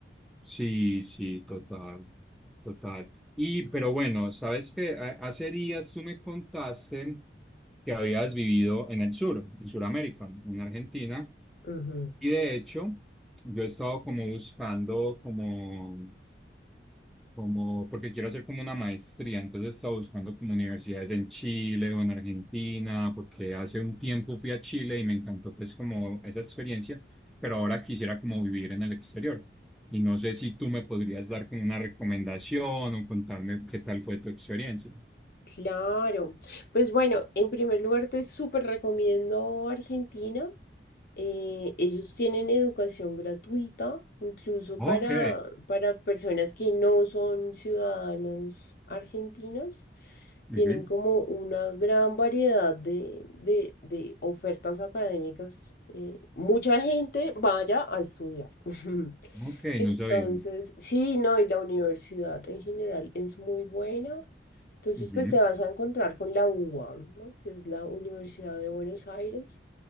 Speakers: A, in the centre; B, on the left.
A: Sí, sí, total, total. Y, pero bueno, sabes que hace días tú me contaste que habías vivido en el sur, en Sudamérica, en Argentina,
B: Ujú.
A: y de hecho, yo he estado como buscando como como porque quiero hacer como una maestría, entonces estaba buscando como universidades en Chile o en Argentina, porque hace un tiempo fui a Chile y me encantó pues como esa experiencia, pero ahora quisiera como vivir en el exterior. Y no sé si tú me podrías dar como una recomendación o contarme qué tal fue tu experiencia.
B: Claro. Pues bueno, en primer lugar te súper recomiendo Argentina. eh, ellos tienen educación gratuita, incluso
A: Ok,
B: para, para personas que no son ciudadanos argentinos. Tienen
A: ujú,
B: como una gran variedad de, de- de ofertas académicas. eh, mucha gente vaya a estudiar. <laughs>
A: ok,
B: Entonces,
A: no sabía.
B: sí, no, y la universidad en general es muy buena. Entonces,
A: Ujú,
B: pues te vas a encontrar con la UBA, ¿no? Que es la Universidad de Buenos Aires.